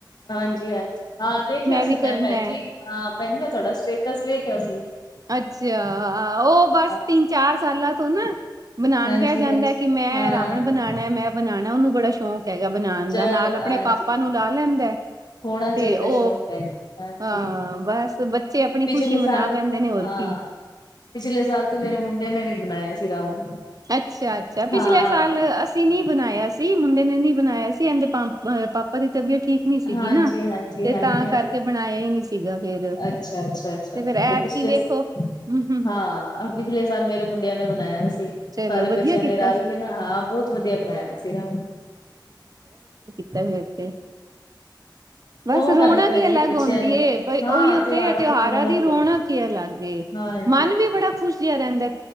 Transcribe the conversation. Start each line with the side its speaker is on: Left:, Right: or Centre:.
Left: ਹਾਂਜੀ-ਹਾਂਜੀ, ਹਾਂ ਦੇਖਿਆ
Right: ਵੀ
Left: ਸੀ
Right: ਕਰਨਾ
Left: ਮੈਂ ਪੈਨ
Right: ਹੈ,
Left: ਜੀ ਹਾਂ ਪੈਨ ਜੀ ਮੈਂ ਤੁਆਡਾ ਸਟੇਟਸ ਵੇਖਿਆ ਸੀ।
Right: ਅੱਛਾ, ਹਾਂ ਓ ਬਸ
Left: ਹਾਂ,
Right: ਤਿੰਨ-ਚਾਰ ਸਾਲਾਂ ਤੋਂ ਨਾ ਬਨਾਨ
Left: ਹਾਂਜੀ-ਹਾਂਜੀ
Right: ਬੈ ਜਾਂਦਾ ਐ ਕਿ ਮੈਂ
Left: ਹਾਂ-ਹਾਂ
Right: ਰਾਵ ਮਣ ਬਣਾਣਾ ਮੈਂ ਬਣਾਣਾ ਉਨੂੰ ਬੜਾ ਸ਼ੌਕ ਹੈਗਾ ਬਣਾਣ
Left: ਚਲੋ
Right: ਦਾ, ਨਾਲ ਆਪਣੇ
Left: ਹਾਂਜੀ
Right: ਪਾਪਾ ਨੂੰ ਲਾ ਲੈਂਦਾ ਐ।
Left: ਹੋਣਾ ਚਾਹੀਦਾ
Right: ਤੇ ਓ,
Left: ਸ਼ੌਕ ਭੈਣ ਜੀ ਹਾਂਜੀ
Right: ਹਾਂ ਬਸ ਬੱਚੇ ਆਪਣੀ
Left: ਪਿਛਲੇ
Right: ਖੁਸ਼ੀ
Left: ਸਾਲ
Right: ਮਨਾ ਬੈਂਦੇ ਨੇ ਹੋਰ
Left: ਹਾਂ
Right: ਕੀ।
Left: ਪਿਛਲੇ ਸਾਲ ਤੇ ਮੇਰੇ ਮੁੰਡੇ ਨੇ ਵੀ ਬਣਾਇਆ ਸੀ ਰਾਵਣ।
Right: ਅੱਛਾ-ਅੱਛਾ, ਪਿਛਲੇ
Left: ਹਾਂ
Right: ਸਾਲ ਅਸ ਤੀ ਨੀ ਬਣਾਇਆ ਸੀ, ਮੁੰਡੇ ਨੇ ਨੀ ਬਣਾਇਆ ਸੀ। ਏਂਦੇ ਪਂਪ ਪਾਪਾ ਦੀ ਤਬੀਅਤ ਠੀਕ ਨੀ ਸੀਗੀ
Left: ਹਾਂਜੀ-ਹਾਂਜੀ-ਹਾਂਜੀ-ਹਾਂਜੀ
Right: ਨਾ, ਤੇ ਤਾਂ ਕਰਕੇ ਬਣਾਇਆ ਈ ਨੀ ਸੀਗਾ ਫੇਰ।
Left: ਅੱਛਾ-ਅੱਛਾ-ਅੱਛਾ,
Right: ਫੇਰ ਐਤਕੀ
Left: ਤੇ ਪਿਛਲੇ
Right: ਵੇਖੋ
Left: ਸ
Right: ਹੂੰ ਹੂੰ
Left: ਹਾਂ। ਪਿਛਲੇ ਸਾਲ ਮੇਰੇ ਮੁੰਡਿਆਂ ਨੇ ਬਣਾਇਆ ਸੀ।
Right: ਚਲੋ
Left: ਸਾਰੇ
Right: ਵਧੀਆ
Left: ਬੱਚਿਆਂ ਨੇ
Right: ਕੀਤਾ
Left: ਰਾਲ
Right: ਸੀ।
Left: ਕੇ ਨਾ ਹਾਂ ਬੋਤ ਵਧੀਆ ਬਣਾਇਆ ਸੀ ਰਾਵਣ।
Right: ਤੇ ਫੇਰ ਤੇ, ਬਸ
Left: ਸ਼ੌਕ
Right: ਰੋਨਕ
Left: ਆਂਦਾ ਭੈਣ
Right: ਈ
Left: ਜੀ
Right: ਅਲੱਗ
Left: ਬੱਚਿਆਂ
Right: ਰੁੰਦੀ
Left: ਨੂੰ
Right: ਏ ਬ
Left: ਹਾਂ
Right: ਓਈ ਓ ਤੇ ਏ ਤਿਉਹਾਰਾਂ
Left: ਤਾਂ
Right: ਦੀ ਰੌਣਕ
Left: ਹੀ ਹੈ।
Right: ਈ ਅਲੱਗ ਏ,
Left: ਹਾਂਜੀ।
Right: ਮਨ ਵੀ ਬੜਾ ਖੁਸ਼ ਜਿਆ ਰੈਂਦਾ।